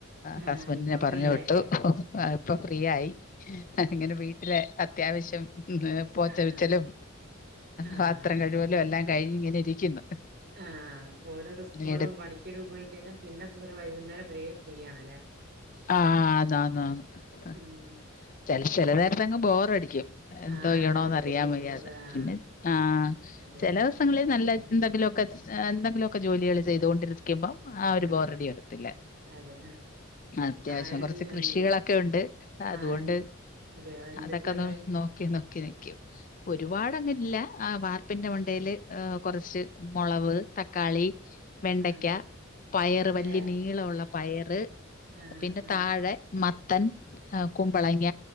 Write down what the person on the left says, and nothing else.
ഹുസ്ബന്റിനെ
പറഞ്ഞു
വിട്ടു
ഇപ്പൊ ഫ്രീ ആയി ഇങ്ങനെ വീട്ടില അത്യാവശ്യം പോച്ച
വിച്ചലും
പത്രം കഴിവലും എല്ലാം കഴിഞ്ഞ ഇങ്ങനെ ഇരിക്കുന്നു
എടു
ആ ആന്നാന്ന്
ചെല ചെല നേരത്തെങ്ങ് ബോറടിക്കും എന്തോ
ചെയ്യണോന്ന്
അറിയാൻ
വയ്യാതെ
പിന്നെ ആ
ചില ദിവസങ്ങളിൽ നല്ല എന്തെങ്കിലുമൊക്കെ എന്തെങ്കിലുമൊക്കെ ജോലികൾ ചെയ്തുകൊണ്ടിരിക്കുമ്പോ ആ ഒരു
ബോറടി വരത്തില്ല
അത്യാവശ്യം
കുറച്ച് കൃഷികളൊക്കെ
ഉണ്ട് അതുകൊണ്ട്
അതൊക്കെ നോ ക്കി നോക്കി നിക്കും ഒരുപാട്
അങ്ങനെ ഇല്ല ആ വാർപ്പിന്റെ മണ്ടയില് കുറച്ച് മുളവ്, തക്കാളി വെണ്ടയ്ക്ക,
പയറ് വലിയ
നീളമുള്ള പയറ്
പിന്നെ
താഴെ മത്തൻ ആ കുമ്പളങ്ങ,